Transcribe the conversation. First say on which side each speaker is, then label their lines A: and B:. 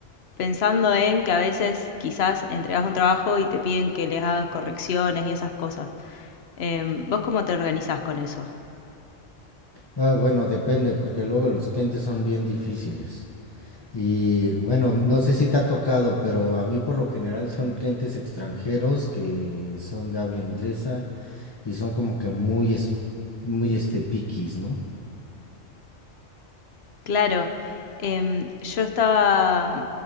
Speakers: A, on the left; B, on the left.
A: pensando en que a veces quizás entregas un trabajo y te piden que les hagas correcciones y esas cosas. Em, ¿vos cómo te organizás con eso?
B: Ah, bueno, depende, porque luego los clientes son bien difíciles. Y bueno, no sé si te ha tocado, pero a mí por lo general son clientes extranjeros que son de habla inglesa y son como que muy, es- muy este piquis, ¿no?
A: Claro, em, yo estaba,